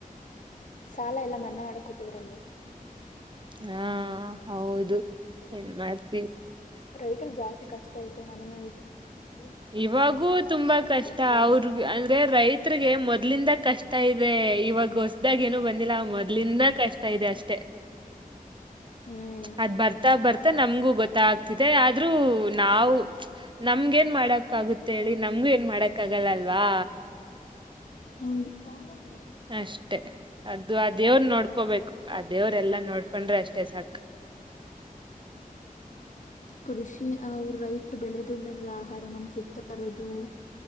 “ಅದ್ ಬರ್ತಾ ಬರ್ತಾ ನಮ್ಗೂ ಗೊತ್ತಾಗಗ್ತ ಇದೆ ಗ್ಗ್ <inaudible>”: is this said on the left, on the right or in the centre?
Right